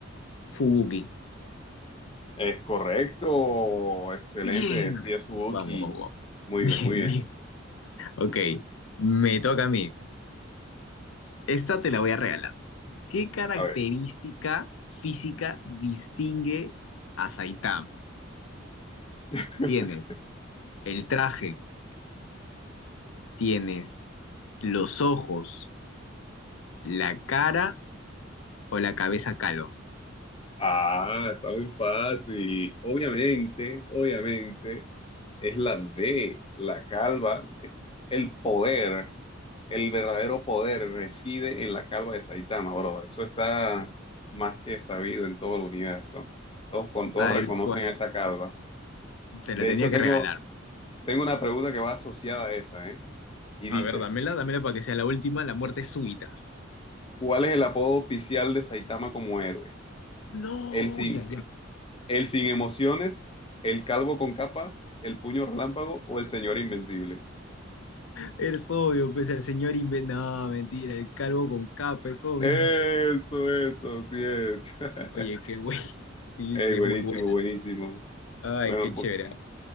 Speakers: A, on the left; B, on the left.
A: Fubuki.
B: Es correcto, excelente,
A: Bien.
B: sí es Suzuki.
A: Vamos, vamos. <laughs>
B: Muy
A: Bien,
B: bien, muy bien.
A: bien. Ok, me toca a mí. Esta te la voy a regalar. ¿Qué característica
B: A ver.
A: física distingue a Saitama?
B: <laughs>
A: Tienes el traje, tienes los ojos, la cara o la cabeza calo.
B: Ah, está muy fácil. Obviamente, obviamente, es la D, la calva. Es El poder, el verdadero poder reside en la calva de Saitama, bro. Eso está más que sabido en todo el universo. Todos, con, todos
A: Tal
B: reconocen
A: Bueno, cual,
B: a esa calva.
A: te
B: De
A: la tenía
B: hecho,
A: que
B: tengo,
A: regalar.
B: tengo una pregunta que va asociada a esa, ¿eh? Y dice...
A: A ver, dámela, dámela para que sea la última, la muerte súbita.
B: ¿Cuál es el apodo oficial de Saitama como héroe?
A: No,
B: ¿El sin,
A: ya, ya.
B: el sin emociones, el calvo con capa, el puño relámpago o el señor invencible?
A: Es obvio, pues el señor inventa. No, mentira, el calvo con capa, es obvio.
B: Eso, eso, sí es. <laughs>
A: <laughs> Oye, qué güey. <laughs> Sí,
B: Ey,
A: sí,
B: buenísimo,
A: es muy buena,
B: buenísimo.
A: ¿no? Ay,
B: Bueno,
A: qué chévere.
B: po-